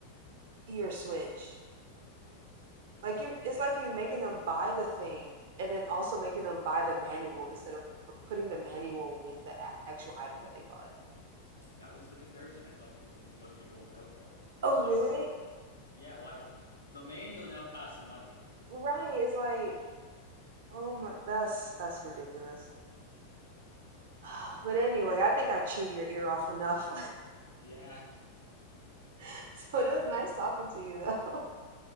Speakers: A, on the right (about 55°); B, on the left (about 80°).
A: your Switch? Like you, it's like you making them buy the thing and then also making them buy the manual instead of p- putting the manual with the a- actual item that they bought.
B: That was the comparison I saw people, most people go for. It's
A: Oh,
B: just,
A: really?
B: yeah, why the manual now costs money.
A: Right. It's like, oh my, that's that's ridiculous. <sighs> But anyway, I think I chewed your ear off enough.
B: Yeah.
A: <laughs> so it was nice talking to you, though. <laughs> All